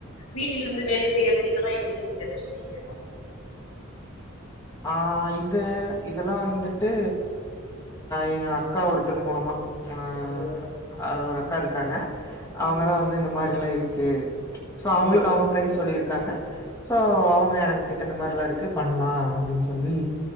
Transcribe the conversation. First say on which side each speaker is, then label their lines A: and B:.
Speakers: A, on the left; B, on the left.
A: வீட்டிலிருந்து வேலை செய்யறது இதெல்லா எப்டி நீங்க தெரிஞ்சுக்கிட்டீங்க
B: ஆ இது இதெல்லா வந்துட்டு எ அக்கா ஒருத்துக்கு மூலமா ம்
A: ஓ!
B: ஆ ஒரு அக்கா இருக்காங்க அவங்க
A: ம்.
B: தா வந்து இந்த மாரிலா இருக்கு சோ அவ்ங்களுக்கு
A: ம்.
B: அவ்ங்க ஃப்ரெண்ட்ஸ் சொல்லியிருக்காங்க சோ அவ்ங்க என கிட்ட இந்த மாரில்லா இருக்கு பண்லா அப்டின் சொல்லி